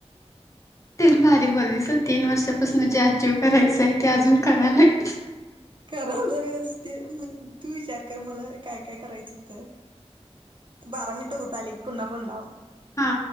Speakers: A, on the left; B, on the right.
A: तेच भारी बोलीस तीन वर्षापासून जे अचीव करायचं आहे ते अजून करालागलीस.
B: कराला व असते मग तू विचार कर मला काय काय करायचं होतं. बारा मिनट होत आलीत पुन्हा फोन लाव.
A: हा.